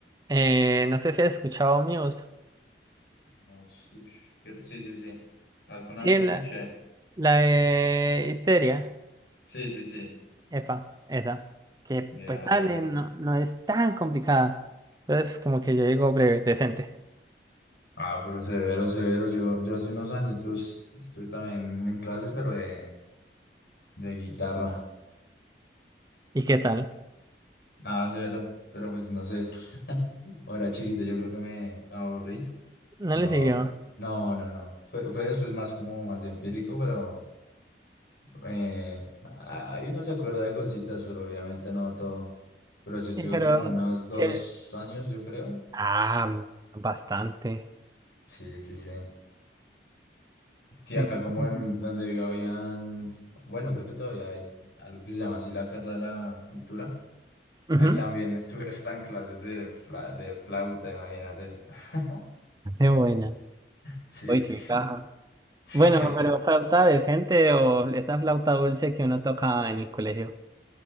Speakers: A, on the right; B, on the left.
A: Eh, no sé si has escuchado Muse.
B: No, Ush, ush, pero Sí, sí, sí. Alguna
A: Sí,
B: vez lo
A: la,
B: escuché.
A: la de Histeria.
B: Sí, sí, sí.
A: Epa, esa. Que
B: Mira,
A: pues dale,
B: re bien.
A: no, no es tan complicada. Entonces como que yo digo breve, decente.
B: Ah, pero severo, severo. Yo, yo hace unos añitos estuve también en clases, pero de, de guitarra.
A: ¿Y qué tal?
B: Ah, severo. Pero pues no sé. <laughs> Cuando era chiquito, yo creo que me aburrí.
A: No
B: No,
A: le siguió.
B: no, no, no. Fue, fue después más como más empírico, pero eh, a- ahí uno se acuerda de cositas, pero obviamente no todo. Pero sí estuve
A: Sí, pero
B: como unos dos
A: que...
B: años, yo creo.
A: Ah, bastante.
B: Sí, sí, sí. Sí, acá
A: Mm.
B: como en donde habían, bueno, creo que todavía hay algo que se llama así la Casa de la Cultura.
A: Ujú.
B: Ahí también estuve <laughs> hasta en clases de, fla- de flauta, imagínate. <laughs>
A: Qué buena.
B: Sí,
A: Uy,
B: sí,
A: qué
B: sí.
A: caja.
B: Sí,
A: Bueno,
B: qué rico.
A: pero flauta decente o esa flauta dulce que uno toca en el colegio.